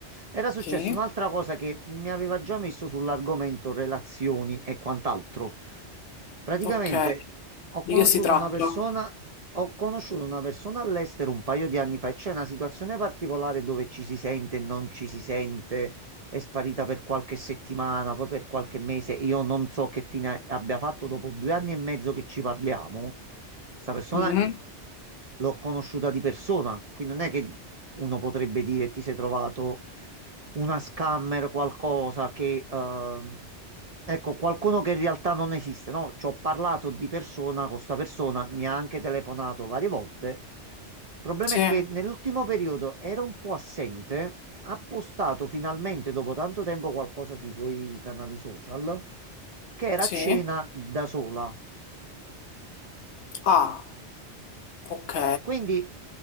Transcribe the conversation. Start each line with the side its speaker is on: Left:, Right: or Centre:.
Right: era successa
Left: sì,
Right: un'altra cosa che mi aveva già messo sull'argomento relazioni e quant'altro. Praticamente
Left: ok.
Right: ho
Left: Di
Right: conosciuto
Left: che si tratta?
Right: una persona, ho conosciuto una persona all'estero un paio di anni fa e c'è una situazione particolare dove ci si sente e non ci si sente è sparita per qualche settimana, poi per qualche mese. e Io non so che fine abbia fatto dopo due anni e mezzo che ci parliamo. Sta persona
Left: Mm,
Right: l'ho conosciuta di persona, quindi non è che uno potrebbe dire ti sei trovato una scammer, qualcosa che... ehm, Ecco, qualcuno che in realtà non esiste, no? Ci ho parlato di persona con sta persona, mi ha anche telefonato varie volte. Il problema
Left: Sì,
Right: è che nell'ultimo periodo era un po' assente, ha postato finalmente dopo tanto tempo qualcosa sui suoi canali social, che era
Left: sì.
Right: a cena da sola.
Left: Ah, ok,
Right: Quindi